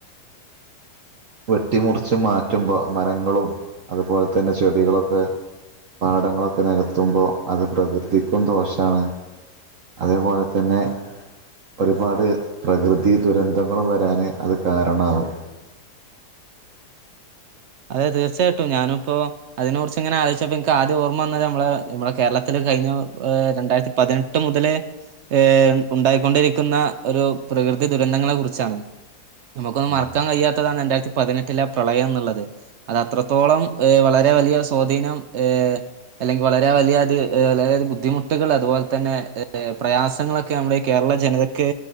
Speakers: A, on the right (about 75°); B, on the right (about 55°).
A: <inaudible>
B: വെട്ടിമുറിച്ച് മാറ്റുമ്പോൾ മരങ്ങളും. അതുപോലെ തന്നെ ചെടികളൊക്കെ പാടങ്ങളൊക്കെ നികത്തുമ്പോ അത് പ്രകൃതിക്കും ദോഷണ്. അതേപോലെ തന്നെ ഒരുപാട് പ്രകൃതി ദുരന്തങ്ങളും വരാന് അത് കാരണാവും.
A: അതെ തീർച്ചയായിട്ടും ഞാനിപ്പോ അതിനെ കുറിച്ച് എങ്ങനെ ആലോചിച്ചപ്പോ എനിക്ക് ആദ്യ ഓർമ്മ വന്നത് നമ്മള് നമ്മളെ കേരളത്തില് കഴിഞ്ഞ ഏ രണ്ടായിരത്തി പതിനെട്ട് മുതലേ ഏ ഉണ്ടായിക്കൊണ്ടിരിക്കുന്ന ഒരു പ്രകൃതി ദുരന്തങ്ങളെ കുറിച്ചാണ്. നമുക്കൊന്നന്ന്
B: ഉം
A: മറക്കാൻ കഴിയാത്തതാണ് രണ്ടായിരത്തി പതിനെട്ടിലെ പ്രളയം എന്നുള്ളത്. അത്ത്രത്തോളം ഏ വളരെ വലിയ സ്വാധീനം. ഏഹ അല്ലെങ്കിൽ വളരെ വലിയ അ വളരെയ ബുദ്ധിമുട്ടൾ അതുപോലെ തന്നെ പ്രയാസങ്ങളൊക്കെ. ക്ക്‌ നമ്മുടെ കേരള ജനതക്ക്